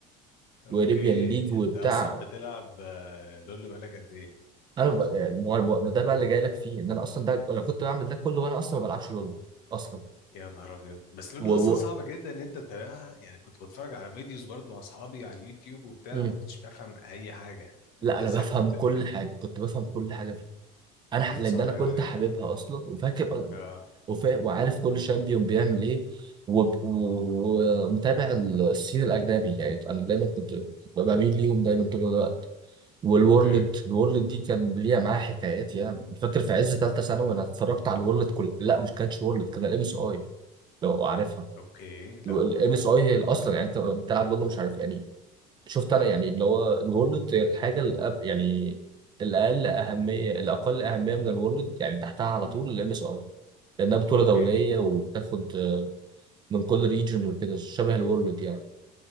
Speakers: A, on the left; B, on the right.
A: اوكي
B: وريبيان ليج وبتاع
A: انت اصلا بتلعب آه، لول بقالك قد ايه
B: انا بقى يعني ما هو أنا بقى- ده بقى اللي جاي لك فيه ان انا اصلا ده انا كنت بعمل ده كله وانا اصلا ما بلعبش لول اصلا
A: يا نهار ابيض بس لول
B: و...
A: اصلا
B: و...
A: صعبه جدا ان انت تتابعها يعني كنت بتفرج على فيديوز برضو مع اصحابي على اليوتيوب وبتاع
B: مم.
A: ما كنتش بفهم اي حاجه
B: لا
A: انت
B: انا
A: ازاي
B: بفهم
A: كنت بتعمل
B: كل
A: كده
B: حاجه كنت بفهم كل حاجه فيه انا
A: اللول
B: ح- لان
A: صعب
B: انا
A: قوي
B: كنت
A: ان انت
B: حاببها
A: تعمل كده
B: اصلا وفاكر أ-
A: اه
B: وفا... وعارف كل شامبيون بيعمل ايه وب- و- ومتابع السين الاجنبي يعني انا دايما كنت ببقى بميل ليهم دايما طول الوقت والورلد
A: اوكي
B: الورلد دي كان ليها معاها حكايات يعني فاكر في عز ثالثه ثانوي انا اتفرجت على الورلد كل لا مش كانتش وورلد كان الام اس اي لو عارفها
A: اوكي لا
B: الام
A: ما
B: اس اي هي الاصلا يعني انت بتلعب ضده مش عارف يعني شفت انا يعني اللي هو الورلد هي الحاجه الأب يعني الاقل اهميه الاقل اهميه من الورلد يعني تحتها على
A: مم.
B: طول الام اس اي لانها بطوله
A: اوكي
B: دوليه وبتاخد من كل ريجن وكده شبه الورلد يعني